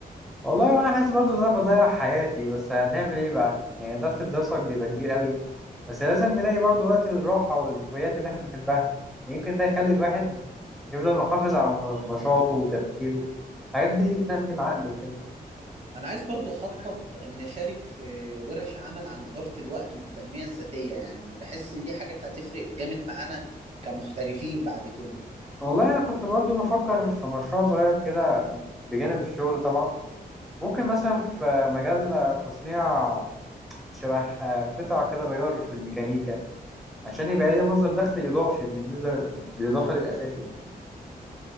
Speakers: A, in the centre; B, on the right.
A: والله وانا حاسس برضه ان انا بضيع حياتي بس هنعمل ايه بقى يعني ضغط الدراسه بيبقى كبير قوي بس لازم نلاقي برضه وقت للراحه والهوايات اللي احنا بنحبها يمكن ده يخلي الواحد يفضل محافظ على م- نشاطه وتفكيره الحاجات دي بتنمي العقل وكده
B: انا عايز برضو اخطط ان اشارك في ورش عمل عن ادارة الوقت والتنمية الذاتية يعني بحس دي حاجات هتفرق جامد معانا كمحترفين بعد كده
A: والله انا كنت برضه بفكر في مشروع صغير كده بجانب الشغل طبعا ممكن مثلا في مجال تصنيع شبه قطع كده غيار في الميكانيكا عشان يبقى ليه مصدر دخل اضافي بالنسبه بالاضافه للاساسي يعني.